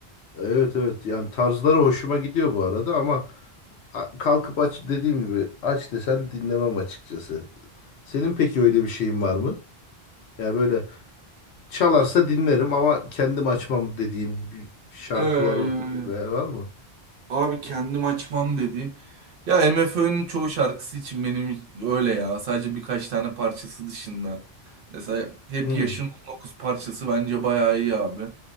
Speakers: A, on the left; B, on the right.
A: Evet evet yani tarzları hoşuma gidiyor bu arada ama a- kalkıp aç dediğim gibi aç desen dinlemem açıkçası. Senin peki öyle bir şeyin var mı? Ya böyle çalarsa dinlerim ama kendim açmam dediğin bir şarkılar
B: Ee,
A: ve- var mı?
B: Abi kendim açmam dedi. Ya MFÖ'nün çoğu şarkısı için benim öyle ya. Sadece birkaç tane parçası dışında. Mesela Hep
A: Hı,
B: Yaşın 19 parçası bence bayağı iyi abi.